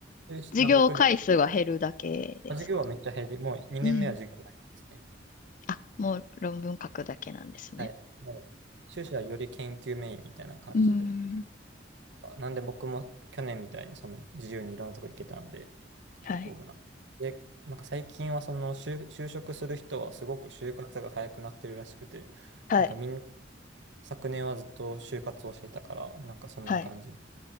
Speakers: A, on the right; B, on the left.
A: 修士な僕、
B: 授業回数が減るだけですか
A: 授業はめっちゃ減り、もう2年目は授業ないですね。
B: うん。あ、もう論文書くだけなんですね。
A: はい。もう、修士はより研究メインみたいな感じで。
B: うん。
A: なんで僕も去年みたいにその自由にいろんなとこ行けたんで、結構もうな。
B: はい。
A: で、なんか最近はその就、就職する人はすごく就活が早くなってるらしくて、
B: はい。
A: なんかみんな昨年はずっと就活をしてたから、なんかそんな感じ、
B: はい。
A: な